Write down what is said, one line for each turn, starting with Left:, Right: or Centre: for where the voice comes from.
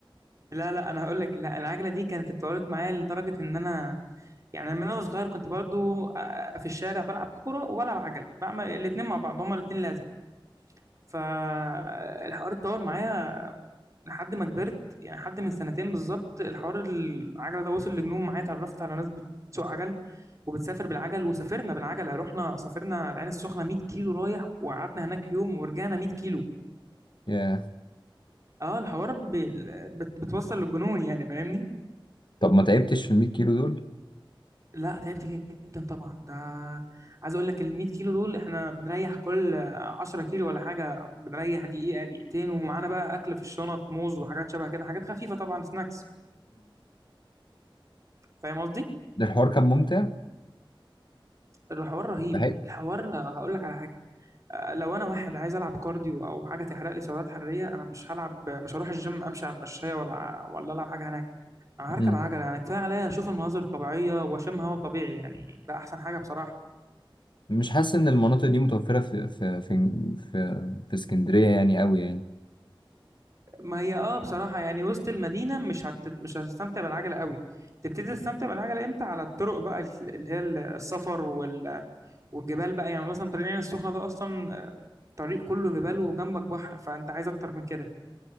Right: لا لا انا هقول لك لا العجله دي كانت اتطورت معايا لدرجه ان انا يعني من وانا صغير كنت برضو آه، في الشارع بلعب كوره وبلعب عجل بعمل الاتنين مع بعض هما الاتنين لازم فالحوار اتطور معايا لحد ما كبرت يعني حد من سنتين بالظبط الحوار العجله ده وصل لجنون معايا اتعرفت على ناس بتسوق عجل وبتسافر بالعجل وسافرنا بالعجله رحنا سافرنا العين السخنه 100 كيلو رايح وقعدنا هناك يوم ورجعنا 100 كيلو
Left: ياه.
Right: اه الحوار بي... بت... بتوصل للجنون يعني فاهمني
Left: طب ما تعبتش في 100 كيلو دول؟
Right: لا تعبت جدا طبعا ده عايز اقول لك ال 100 كيلو دول احنا بنريح كل 10 كيلو ولا حاجه بنريح دقيقه دقيقتين ومعانا بقى اكل في الشنط موز وحاجات شبه كده حاجات خفيفه طبعا سناكس فاهم قصدي
Left: ده الحوار كان ممتع
Right: الحوار رهيب
Left: استحق
Right: الحوار هقول لك على حاجه آه، لو انا واحد عايز العب كارديو او حاجه تحرق لي سعرات حراريه انا مش هلعب مش هروح الجيم امشي على المشايه ولا ولا العب حاجه هناك انا
Left: مم.
Right: هركب عجله انا كفايه عليا اشوف المناظر الطبيعيه واشم هواء طبيعي يعني ده احسن حاجه بصراحه
Left: مش حاسس ان المناطق دي متوفره في في في في, في اسكندريه يعني قوي يعني
Right: ما هي اه بصراحة يعني وسط المدينة مش هت... مش هتستمتع بالعجلة قوي تبتدي تستمتع بالعجلة امتى على الطرق بقى ال- اللي هي ال- السفر وال... والجبال بقى يعني مثلا طريق العين السخنة ده أصلا آه، طريق كله جبال وجنبك بحر فأنت عايز أكتر من كده